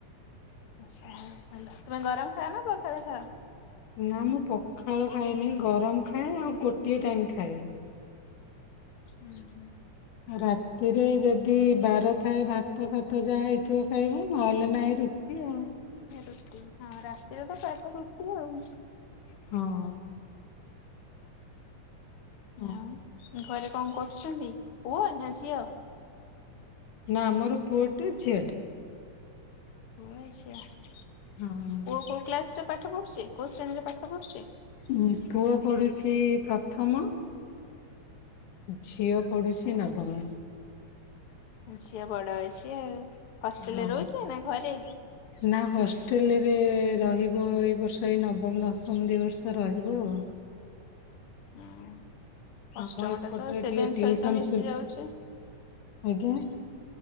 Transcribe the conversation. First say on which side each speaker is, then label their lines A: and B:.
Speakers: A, on the left; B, on the left.
A: ଆଛା ଭଲ ତୁମେ ଗରମ ଖାଅ ନା ପଖାଳ ଖାଅ?
B: ନା ମୁଁ ପଖାଳ ଖାଏନି ଗରମ ଖାଏ ଆଉ ଗୋଟିଏ ଟାଇମ୍ ଖାଏ।
A: ହୁଁ ହୁଁ।
B: ରାତିରେ ଯଦି ବାର ଥାଏ ଭାତ ଫାତ ଯାହା ହେଇଥିବ ଖାଇବୁ ନହେଲେ ନାହିଁ ରୁଟି ଏଏ <unintelligible>
A: ରୁଟି ହଁ ରାତିରେ ତ ପ୍ରାୟ ଟାଇମ୍ ରୁଟି ଆଉ।
B: ହଁ। ହଁ
A: ଆଉ ଘରେ କଣ କରୁଛନ୍ତି ପୁଅ ନା ଝିଅ?
B: ନା ମୋର ପୁଅ ଟେ ଝିଅ ଟେ।
A: ହା କୋଉ
B: ହଁ।
A: କୋଉ କ୍ଲାସ ରେ ପାଠ ପଢୁଛି କୋଉ ଶ୍ରେଣୀରେ ପାଠ ପଢୁଛି?
B: ଉଁ ପୁଅ ପଢୁଛି ପ୍ରଥମ ଝିଅ ପଢୁଛି
A: ଆଚ୍ଛା
B: ନବମ।
A: ଝିଅ ବଡ ଅଛି ଆଉ। ହଷ୍ଟେଲରେ
B: ହଁ
A: ରହୁଛି ନା ଘରେ?
B: ନା ହ ହଷ୍ଟେଲରେ ରହିବ ଏଇ ବର୍ଷ ଏଇ ନବମ ଦଶମ ଦୁଇ ବର୍ଷ ରହିବ ଆଉ
A: ହଁ
B: ଆମ
A: ଅଷ୍ଟମଟା
B: ଏପଟରେ
A: ତ ସେଭେନ୍
B: ଟିକେ ଟିଉସନ
A: ସହିତ ମିଶିଯାଉଛି।
B: ସୁ ଆଜ୍ଞା।